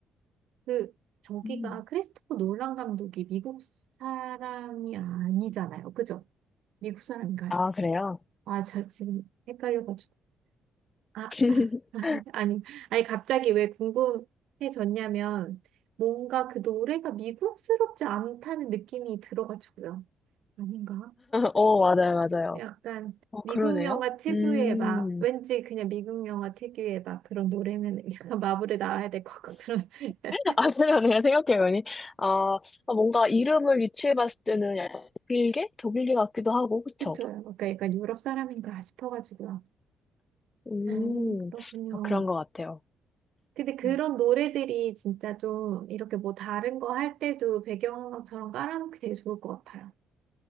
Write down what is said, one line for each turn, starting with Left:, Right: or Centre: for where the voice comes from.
Right: 그 저기가
Left: 음.
Right: 크리스토퍼 놀란 감독이 미국 사람이 아니잖아요. 그죠? 미국 사람인가요?
Left: 아, 그래요?
Right: 아, 저 지금 헷갈려가지고. 아,
Left: <laughs>
Right: 아, 아, 아니, 아니, 갑자기 왜 궁금해졌냐면, 뭔가 그 노래가 미국스럽지 않다는 느낌이 들어가지고요. 아닌가?
Left: 어, 맞아요, 맞아요.
Right: 약간
Left: 어,
Right: 미국
Left: 그러네요.
Right: 영화 특유의
Left: 음,
Right: 막, 왠지 그냥 미국 영화 특유의 막 그런 노래면 약간 마블에 나와야 될 것 같고 그런 <laughs>
Left: <laughs> 아, 그러네요. 생각해보니. 아, 아, 뭔가 이름을 유추해봤을 때는 약간 독일계? 독일계 같기도 하고, 그쵸?
Right: 그쵸. 그러니까 약간 유럽 사람인가 싶어가지고요.
Left: 음,
Right: 음, 그렇군요.
Left: 어, 그런 것 같아요.
Right: 근데 그런
Left: 음,
Right: 노래들이 진짜 좀 이렇게 뭐 다른 거 할 때도 배경음악처럼 깔아놓기 되게 좋을 것 같아요.